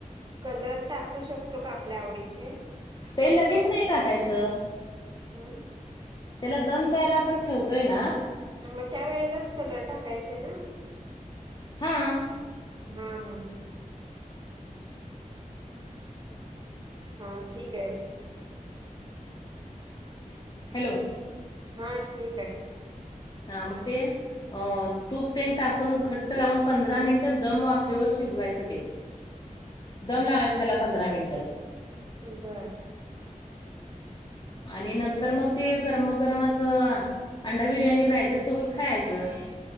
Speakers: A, on the right (about 30°); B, on the left (about 35°).
A: कलर टाकू शकतो का आपल्या आवडीचे
B: ते लगेच नाही टाकायचं
A: हं
B: त्याला दम द्यायला आपण ठेवतोय ना
A: मग त्या वेळेलाच कलर टाकायचे ना
B: हा
A: हा हा हा ठीक आहे
B: हॅलो
A: हा ठीक आहे
B: हा मग ते अ तूप ते टाकून घट्ट लावून पंधरा मिनिट दम वाफेवर शिजवायचं ते दम लावायचे त्याला पंधरा मिनिटं
A: बर
B: आणि नंतर मग ते गरम गरम असं अंडा बिर्याणी रायत्या सोबत खायचं